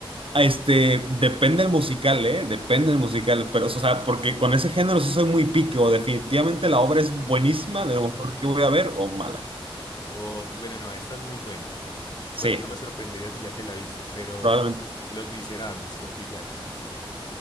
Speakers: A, on the right; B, on the left.
A: Ah, Este, depende el musical, ¿eh? Depende el musical, pero, o sea, porque con ese género sí soy muy pique, o definitivamente la obra es buenísima,
B: Sí.
A: de lo mejor que voy a ver, o mala.
B: Ok, Bueno, no, esta es muy buena.
A: Sí,
B: Bueno, no me sorprendería si ya te la viste, pero
A: probablemente.
B: Los Miserables con Hugh Jackman.